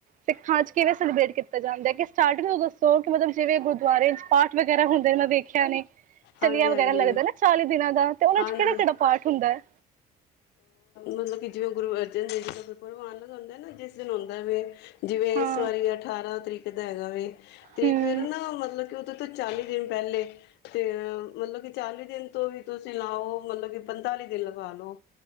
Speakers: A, on the right; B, on the left.
A: ਸਿੱਖਾਂ ਚ ਕਿਵੇਂ ਸੈਲੀਬ੍ਰੇਟ ਕੀਤਾ ਜਾਂਦਾ ਕਿਸ ਸਟਾਟਹੋਗੁ ਸੋ ਮਤਲਬ ਜਿਵੇਂ ਗੁਰਦੁਆਰੇ ਚ ਪਾਠ ਵਗੈਰਾ ਹੁੰਦਾ ਨੇ ਮੈਂ ਵੇਖ ਸਿਆਣੇ
B: ਹਾਂਜੀ
A: ਚਲੀਆਂ ਵਗੈਰਾ
B: ਹਾਂਜੀ
A: ਲੱਗਦਾ ਨਾ ਚਾਲੀ ਦਿਨਾਂ ਦਾ ਤੇ ਉਹਨਾਂ
B: ਹਾਂਜੀ
A: ਚ ਕਿਹੜਾ-ਕਿਹੜਾ ਪਾਠ ਹੁੰਦਾ ਐ?
B: ਮਤਲਬ ਕਿ ਜਿਵੇਂ ਗੁਰੂ ਅਰਜਨ ਦੇਵ ਜੀ ਦਾ ਗੁਰਪੂਰਬ ਹਨ। ਹੁੰਦਾ ਨਾ ਜਿਸ ਦਿਨ ਹੁੰਦਾ ਵੇ ਜਿਵੇਂ
A: ਹਾਂ
B: ਏਸ ਵਾਰੀ ਅਠਾਰਾਂ ਤਰੀਕ ਦਾ ਹੈਗਾ ਵੇ ਤੇ
A: ਹੂੰ,
B: ਫੇਰ ਨਾ ਮਤਲਬ ਕਿ ਉਹਦੇ ਤੋਂ ਚਾਲੀ ਦਿਨ ਪਹਿਲੇ ਤੇ ਮਤਲਬ ਕਿ ਚਾਲੀ ਦਿਨ ਤੋਂ ਵੀ ਤੁਸੀਂ ਲਾਉ ਮਤਲਬ ਕਿ ਪੰਤਾਲੀ ਦਿਨ ਲਗਾਓ ਲੋ